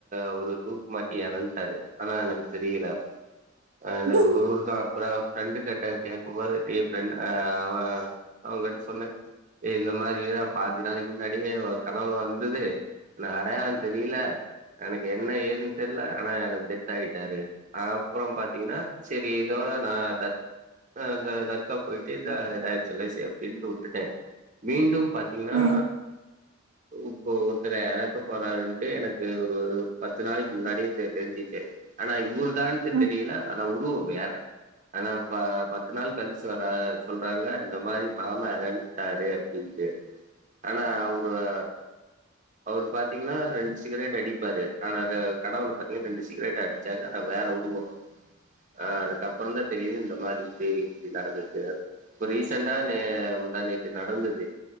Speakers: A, on the right; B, on the right.
A: அவரு தூக்குமாட்டி எறன்ட்டாரு ஆனா எனக்கு தெரியல அ என்னோட
B: ம்
A: ஊர் தா அப்பறோ ஃப்ரெண்டு கிட்ட கேட்குபோது டே ஃப்ரெண்ட ஆ அவ அவ கிட்ட சொன்னே ஏ இந்த மாரிடா பாஞ்சு நாளைக்கி முன்னாடியே ஓ கனவுல வந்தது நா அடையலா தெரியல எனக்கு என்ன ஏதுன்னு தெரில ஆனா என டெத் ஆகிட்டாரு அப்பறோ பாத்தீங்கன்னா செரி இதோ நா தர்க் அ இந்த தர்காப் போயிட்டு இத இதா ஆயிருச்சுல சேஃப்டி ட்டு வுட்டுட்டே மீண்டும் பாத்தீங்கன்னா
B: ம்
A: இப்போ ஒருத்தர் எறக்க போறாருன்ட்டு எனக்கு ஒரு பத்து நாளைக்கி முன்னாடியே தெ தெரிஞ்சிச்சு ஆனா இவரு தான்க்கு
B: ம்.
A: தெரியல ஆனா உருவோ வேற ஆனா ப பத்து நாள் கழிச் வர சொல்றாங்க இந்த மாரி மாமா எறந்துட்டாரு அப்டின்ட்டு ஆனா அவரு தா அவரு பாத்தீங்கன்னா ரெண்டு சிகரேட் அடிப்பாரு ஆனா அது கனவுல பாத்தீங்கன்னா ரெண்டு சிகரேட் அடி ச்சாரு ஆனா வேற உருவோ ஆ அதுக்கப்பறோ தா தெரியுது இந்த மாரி இது இப்டி நடந்துக்கு இப்ப ரீசன்ண்டா இது முந்தா நேத்து நடந்தது